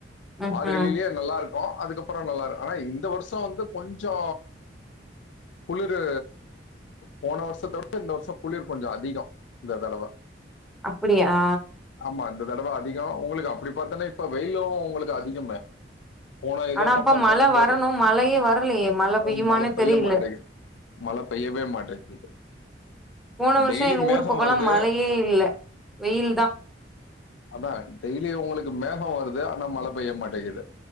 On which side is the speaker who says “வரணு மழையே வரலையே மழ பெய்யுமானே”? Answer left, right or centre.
Centre